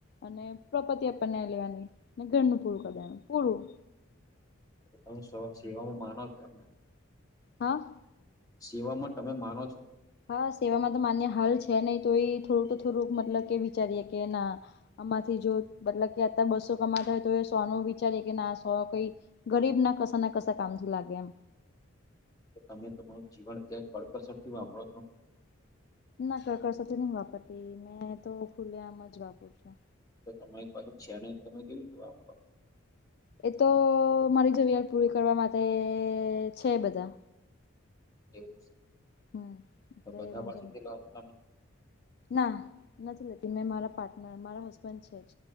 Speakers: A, on the left; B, on the left.
A: અને પ્રોપતિ આપનાઈ લેવાની અને ઘરનું પૂરું કર દેવાનું પૂરું.
B: કારણ કે તમે સ-સેવામાં માનો છો એમ ને?
A: હા.
B: સેવામાં તમે માનો છો?
A: હા, સેવામાં તો માન્ય હાલ છે નહી તો એ થોડુંક તો થોડુંક મતલબ કે વિચારીએ કે ના આમાંથી જો મતલબ કે અત બસો કમાતા હોય તો સોનું વિચારીએ કે ના સો કઈ ગરીબ ના કસ ના કસ કામ લાગે એમ.
B: કે તમે તમારું જીવન ક્યાં કડકસર થી વાપરો છ.
A: ના કર કરશતી નહી વાપરતી મેં તો ફૂલ્યામ જ વાપર છું.
B: તો તમારી પાછુ છેને તમે કેવી જોવા વાપરો?
A: એ તો મારી જરૂરિયાત પૂરી કરવા માટે છે બધા.
B: એવું છે,
A: હમ એટલે
B: તો બધા
A: વાંધો
B: પાસેથી
A: નહી.
B: લો છો તમે?
A: ના નથી લેતી મેં મારા પાર્ટનર મારા હસબન્ડ છે જ.